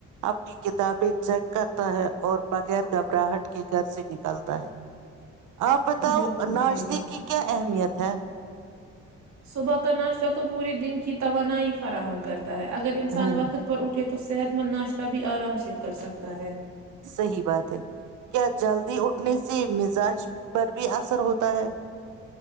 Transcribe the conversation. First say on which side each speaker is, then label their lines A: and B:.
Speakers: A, on the right; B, on the right.
A: اپنی کتابیں چیک کرتا ہے اور بغیر گھبراہٹ کے گھر سے نکالتا ہے آپ بتاؤ
B: بالکل
A: ناشتے
B: صحیح بات
A: کی کیا اہمیت ہے
B: صبح کا ناشتہ تو پورے دن کی توانائی فراہم کرتے ہے اگر انسان
A: ہوں
B: وقت پر اٹھے تو تو صحت مند ناشتہ بھی آرام سے کر سکتا ہے
A: صحیح بات ہے کیا جلدی اٹھنے سے مزاج پر بھی اثر ہوتا ہے